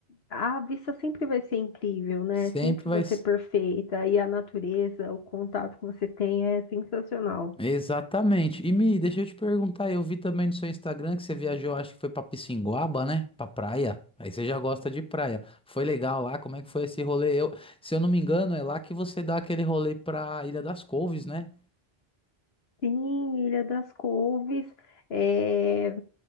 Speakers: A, on the left; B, in the centre.
A: a vista sempre vai ser incrível, né?
B: sempre
A: Sempre vai
B: vai.
A: ser
B: s-
A: perfeita e a natureza, o contato que você tem é sensacional.
B: Exatamente. E Mi, deixa eu te perguntar, eu vi também no seu Instagram que você viajou, acho que foi pra Pissinguaba, né? Pra praia. Aí você já gosta de praia. Foi legal lá? Como é que foi esse rolê? Eu, se eu não me engano, é lá que você dá aquele rolê pra Ilha das Couves, né?
A: Sim, Ilha das Couves, é,